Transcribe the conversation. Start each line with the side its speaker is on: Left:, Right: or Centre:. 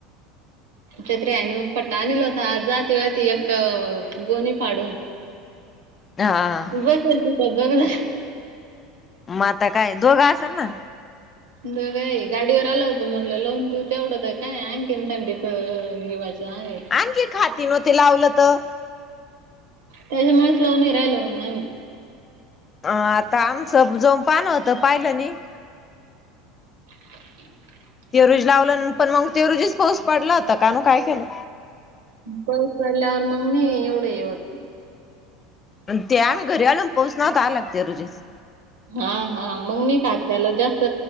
Right: छत्री अन फटा अनल होता. जातीवतीी ईक गोणी फाडून.
Left: दहा.
Right: कशाने धुता दगड,
Left: म आता काय दोघं आसन ना.
Right: द का गाडीवर आला होतो म्हणलं लावून देऊ तेवढंत काय आहे, आणखीन थंडीच हिवाचं आहे.
Left: आणखी खाती नव्ह ते लावलं तर
Right: त्याच्या मूळचं लावूनही राहिलो, मग आम्ही.
Left: अ आता आमचं जोन पान होतं पाहिलं नहीं.
Right: <inaudible>
Left: ते रोजी लावलं पण मग, ते रोजीच पाऊस पडला होता कान काय केलं.
Right: पाऊस पडल्यावर मग नाही एवढं हे होतं.
Left: अन् ते आम्ही घरी आलून पाऊस नवता आला ते रोजीस.
Right: हा हा मग नाही खात त्याला जास्त